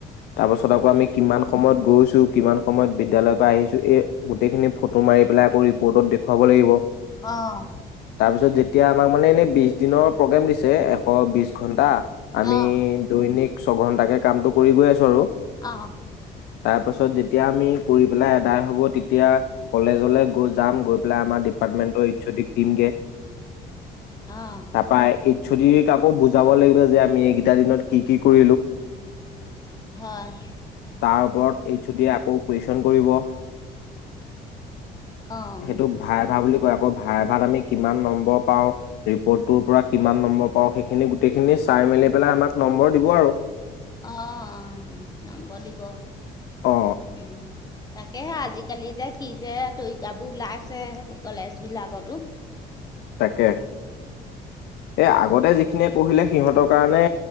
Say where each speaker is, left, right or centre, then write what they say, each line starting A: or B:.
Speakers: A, on the left (about 70°); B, on the left (about 20°).
A: তাৰপাছত আকৌ আমি কিমান সময়ত গৈছো কিমান সময়ত বিদ্যালয়ৰ পৰা আহিছো এই গোটেই খিনি ফটো মাৰি পেলাই আকৌ ৰিপৰ্টত দেখুৱাব লাগিব
B: অঁ
A: তাৰপিছত যেতিয়া আমাক মানে এনে বিশ দিনৰ প্ৰগ্ৰেম দিছে এশ বিশ ঘণ্টা আমি
B: অঁ
A: দৈনিক স্কো ছঘন্টাকে কামটো। কৰি গৈ আছো আৰু
B: অঁ
A: তাৰ পাছত যেতিয়া আমি কৰি পেলাই আদায় হ'ব তেতিয়া কলেজলৈ গৈ যাম গৈ পেলাই আমাৰ ডিপাৰ্টমেন্টৰ ছদিক দিমগে।
B: অঁ
A: তাৰপা এই ছ অ দি ক আকৌ বুজাব লাগিব যে আমি এইকেই- দুটা দিনত কি কি ক
B: হয়
A: তাৰ ওপৰত এইছ অ দি য়ে আকৌ কুৱেচন- হয়।
B: অঁ
A: সেইটোক ভাইভা বুলি কয় আকৌ ভাইে ভ। ভাত আমি কিমান নম্বৰ। নম্ব পাওঁ ৰেপৰ্ত টো পা কিমান নম্বৰ পাওঁ সেইখিনি গোটেই সেই খিনি চাই মেলি পেলাই আমাক নম্বৰ দিব আৰু।
B: অ অ নম্ব দিব।
A: অ
B: উম। তাকে আজিকালি যে কি যে তৰিকাবোৰ ওলাইছে কলেজ বিলাকতো।
A: তাকে এ আগতে যিখিনিয়ে পঢ়িলে সিহঁতক। কাৰণে